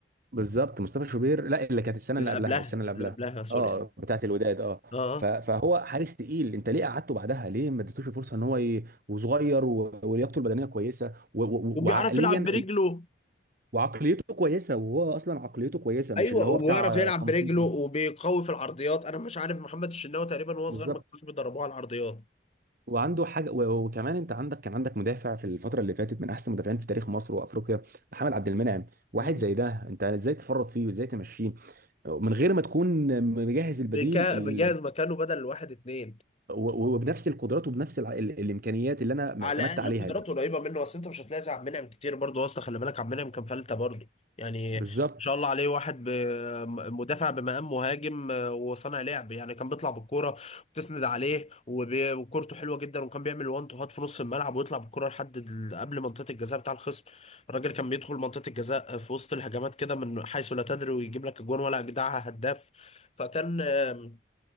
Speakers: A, on the right (about 55°); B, on the left (about 40°).
A: بالظبط مصطفى شوبير لا اللي كانت السنه
B: اللي
A: اللي قبلها
B: قبلها
A: السنه اللي قبلها
B: اللي قبلها سوري
A: اه بتاعت الوداد اه
B: اه آه.
A: ف- فهو حارس تقيل انت ليه قعدته بعدها ليه ما اديتوش الفرصه ان هو ي... وصغير و... ولياقته البدنيه كويسه و... و...
B: وبيعرف
A: وعقليا
B: يلعب برجله
A: وعقليته كويسه وهو اصلا عقليته كويسه مش
B: ايوه
A: اللي هو
B: وبيعرف
A: بتاع آه،
B: يلعب
A: تنطيط
B: برجله
A: و-
B: وبيقوي في العرضيات انا مش عارف محمد الشناوي تقريبا وهو
A: بالظبط
B: صغير ما كانوش بيدربوه على العرضيات
A: وعنده حاجه و- وكمان انت عندك كان عندك مدافع في الفتره اللي فاتت من احسن مدافعين في تاريخ مصر وافريقيا محمد عبد المنعم واحد
B: مم.
A: زي ده انت ازاي تفرط فيه وازاي تمشيه من غير ما تكون مجهز البديل
B: بيكا-
A: ال...
B: بيجهز مكانه بدل واحد اتنين
A: و- و- وبنفس القدرات وبنفس الع... ال... الامكانيات اللي انا
B: على
A: اعتمدت
B: الاقل
A: عليها
B: قدراته قريبه منه اصل انت مش هتلاقي زي عبد المنعم كتير برضه اصلا خلي بالك عبد المنعم كان فلته برضه يعني
A: بالظبط
B: ما شاء الله عليه واحد ب- م- مدافع بمقام مهاجم آه، وصانع لعب يعني كان بيطلع بالكوره وتسند عليه وبي- وكورته حلوه جدا وكان بيعمل وان تو هات في نص الملعب ويطلع بالكوره لحد ال- قبل منطقه الجزاء بتاع الخصم الراجل كان بيدخل منطقه الجزاء آه، في وسط الهجمات كده من حيث لا تدري ويجيب لك اجوان ولا اجدعها هداف فكان آه،